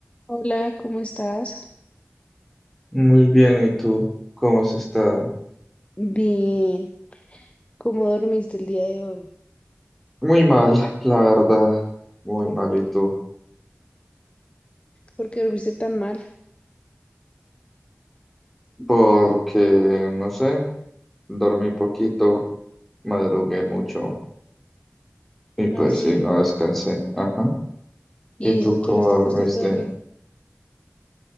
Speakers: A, on the left; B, in the centre.
A: Hola, ¿cómo estás?
B: Muy bien, ¿y tú? ¿Cómo has estado?
A: Bien, ¿cómo dormiste el día de hoy?
B: Muy mal, <laughs> la verdad, muy
A: ¿Por,
B: mal, ¿y tú?
A: por qué dormiste tan mal?
B: Porque, no sé, dormí poquito, madrugué mucho y pues
A: ¿Ah, sí?
B: sí, no descansé. Ajá.
A: ¿Y
B: ¿Y
A: eso
B: tú
A: que
B: cómo
A: horas te
B: dormiste?
A: acostaste a dormir?